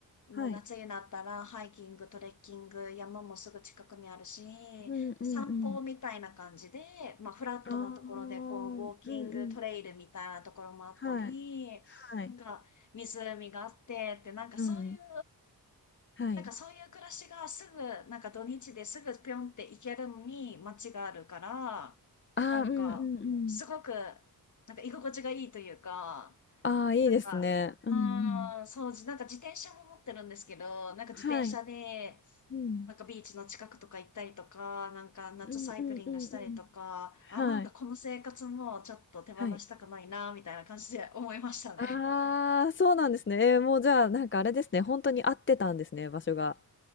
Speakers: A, on the left; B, on the left.
A: もう夏になったら、
B: はい。
A: ハイキング、トレッキング、山もすぐ近くにあるし、
B: うんうんうん。
A: で散歩みたいな感じで、まあ、フラットなところで、
B: ああ、うんうん。
A: こう、ウォーキング、トレイルみたいなところもあったり、
B: はい。はい。
A: なんか、湖があってって、なんかそういう、
B: うん。はい。
A: なんかそういう暮らしがすぐ、なんか土日ですぐぴょんって行けるのに街があるから、
B: ああ、
A: なんか、
B: うんうんうん。
A: すごく、なんか居心地がいいというか、
B: ああ、いいですね。
A: なんか、
B: うんうん。
A: うーん、そう、じなんか自転車も持ってるんですけど、なんか自転車で、
B: はい。うん。
A: なんかビーチの近くとか行ったりとか、なんか夏サイクリングしたりとか、
B: うんうんうんうん。
A: あ、
B: はい。
A: なんかこの生活もちょっと手放したくないな、
B: はい。
A: みたいな感じで思いましたね。
B: ああ、そうなんですね。ええ、もうじゃあ、なんかあれですね、本当に合ってたんですね、場所が。